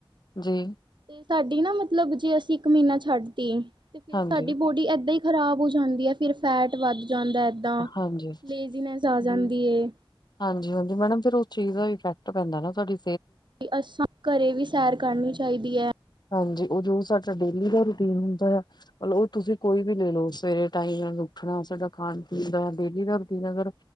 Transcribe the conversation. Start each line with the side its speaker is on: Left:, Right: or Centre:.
Left: ਜੀ
Right: ਹੂੰ। ਸਾਡੀ ਨਾ ਮਤਲਬ ਜੇ ਅਸੀਂ? ਇੱਕ ਮਹੀਨਾ ਛੱਡ ਤੀ? ਤੇ ਫੇਰ
Left: ਹਾਂਜੀ
Right: ਸਾਡੀ ਬੋਡੀ ਏਦਾਂ ਹੀ। ਖ਼ਰਾਬ ਹੋ ਜਾਂਦੀ ਹੈ ਫਿਰ ਫੈਟ ਵੱਧ? ਜਾਂਦਾ ਏਦਾਂ
Left: ਹਾਂਜੀ
Right: ਲੇਜ਼ੀਨੈਸ ਆ ਜਾਂਦੀ
Left: ਜੀ
Right: ਏ
Left: ਹਾਂਜੀ ਮੈਡਮ ਫੇਰ। ਚੀਜ਼ ਦਾ ਇਫੈਕਟ ਪੈਂਦਾ ਨਾ ਸਾਡੀ?
Right: ਕੀ ਅਸਾ ਘਰੇ ਵੀ ਸੈਰ ਕਰਨੀ ਚਾਹੀਦੀ ਹੈ?
Left: ਹਾਂਜੀ ਉਹ ਜੋ ਸਾਡਾ ਡੇਲੀ ਦਾ ਰੂਟੀਨ ਹੁੰਦਾ ਆ ਮਤਲਬ ਉਹ ਤੁਸੀਂ ਕੋਈ ਵੀ ਲੈ ਲਓ ਸਵੇਰੇ ਟਾਈਮ ਉੱਠਣਾ ਸਾਡਾ ਖਾਣ? ਪੀਣਾ ਡੇਲੀ ਦਾ ਰੁਟੀਨ ਅਗਰ